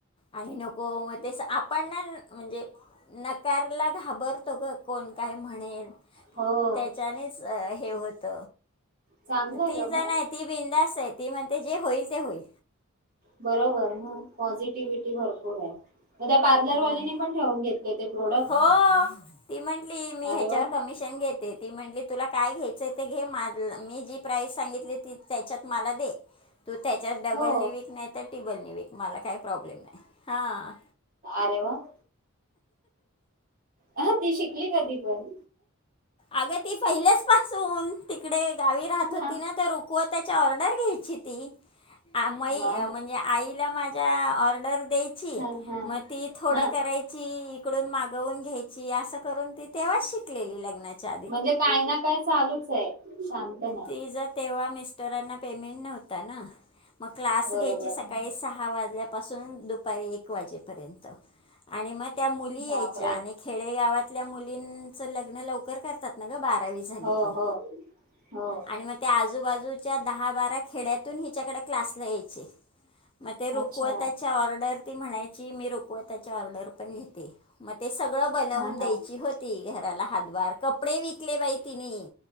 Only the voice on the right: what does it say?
हो
चांगलं आहे
ग
मग
बरोबर ना, पॉझिटिव्हटी भरपूर आहे. मग त्या पार्लरवाल्यानी
पण ठेवून घेतले ते प्रोडक्ट?
अरे वा!
हो
आरे वा! ! हा ती शिकली कधी पण
हा
वा
हा हा
हा
म्हणजे काही ना काय चालूच आहे. शांत नाही
बरोबर
ह
बापरे
हो
हो हो
अच्छा
हा
हा